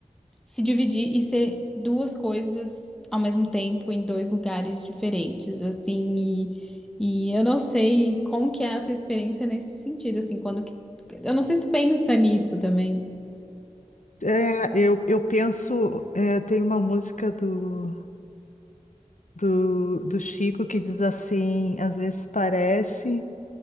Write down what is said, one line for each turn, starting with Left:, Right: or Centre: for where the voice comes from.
Centre: se dividir e ser duas coisas ao mesmo tempo em dois lugares diferentes, assim. E, e eu não sei como que é a tua experiência nesse sentido, assim, quando que... Eu não sei se tu pensa nisso também.
Left: É, eu, eu penso, é, tem uma música do, do, do Chico que diz assim, às vezes parece